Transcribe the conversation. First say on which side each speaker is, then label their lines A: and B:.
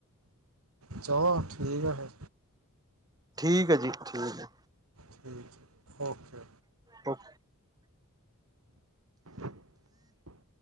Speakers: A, on the right (about 70°); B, on the right (about 15°).
A: ਚਲੋ ਠੀਕ ਆ, ਫਿਰ
B: ਠੀਕ ਹੈ, ਜੀ ਠੀਕ ਹੈ।
A: ਠੀਕ ਜ ਓਕੇ
B: ਓਕੇ
A: ਓ <inaudible>